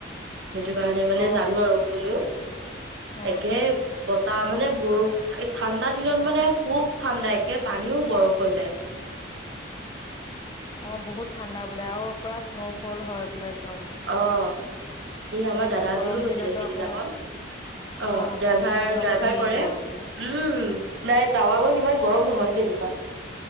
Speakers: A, on the right; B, on the left.
A: সেইটো কাৰণে মানে
B: অ
A: জানো আৰু শুনো
B: অ
A: একে বতাহ মানে বৰষুণ ঠাণ্ডা দিনত মানে খুব ঠাণ্ডা একে পানীও বৰফ হৈ যায়।
B: অ বহুত ঠাণ্ডা বোলে আৰু পৰা স্ন'ফল হয় বোলে একদম
A: আহ এই আমাৰ দাদা
B: আৰু
A: এজনো
B: গৰম
A: গৈছিলে
B: দিনতো
A: সিদিনাখন
B: আকৌ
A: আহ
B: অ
A: ড্ৰাইভাৰ
B: গৰম দিনতো আকৌ
A: ড্ৰাইভাৰ
B: ঢেৰ
A: কৰে।
B: গৰম বোলে
A: উম, নাই টাৱাংত ইমান গৰম নহয় যেনিবা।